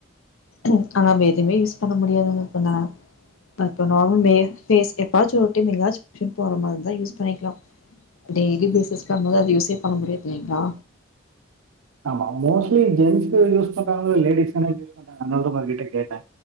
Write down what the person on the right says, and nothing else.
ஆமா மோஸ்ட்லி ஜென்ஸ் யூஸ் பண்றாங்களோ இல்லையோ லேடீஸ்தான அதனாலதம்பா உங்ககிட்ட கேட்டே